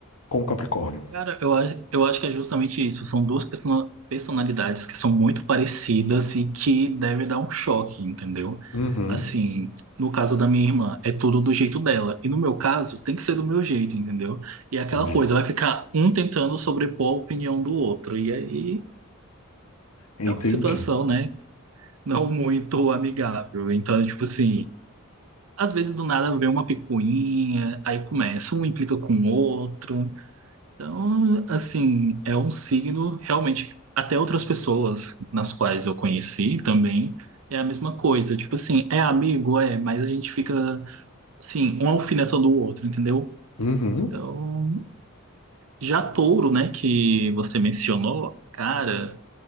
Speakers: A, on the left; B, on the right.
A: com o Capricórnio?
B: Cara, eu acho, eu acho que é justamente isso. São duas perso- personalidades que são muito parecidas e que deve dar um choque, entendeu?
A: Uhum,
B: Assim, no caso da minha irmã, é tudo do jeito dela. E no meu caso, tem que ser do meu jeito, entendeu? E é aquela
A: entendi.
B: coisa, vai ficar um tentando sobrepor a opinião do outro. E aí
A: Entendi.
B: é uma situação, né? Não muito amigável. Então, tipo assim. Às vezes do nada vem uma picuinha, aí começa, um implica com o outro. Então, assim, é um signo realmente. Até outras pessoas nas quais eu conheci também é a mesma coisa. Tipo assim, é amigo, é, mas a gente fica, assim, um alfinetando o outro, entendeu?
A: Uhum.
B: Então, já touro, né, que você mencionou, cara,